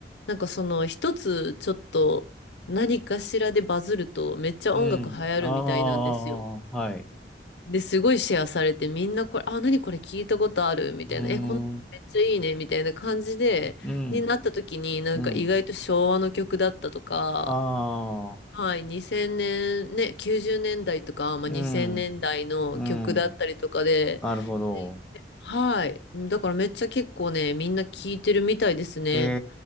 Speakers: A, on the left (about 70°); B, in the centre.
A: なんかその一つちょっと何かしらでバズるとめっちゃ音楽流行るみたいなんですよ。
B: うん、ああ、はい。
A: で、すごいシェアされてみんなこれ、あ、何これ聞いたことあるみたいな、
B: うーん、
A: え、この曲めっちゃいいねみたいな感じで、
B: うん、
A: になった時になんか意外と昭和の曲だったとか、
B: うん、ああ、
A: はい、2000年、ね、90年代とか、まあ、
B: うん、
A: 2000年代の曲だったりとかで、
B: うん、なるほど。
A: ではい、だからめっちゃ結構ね、みんな聞いてるみたいですね。
B: へ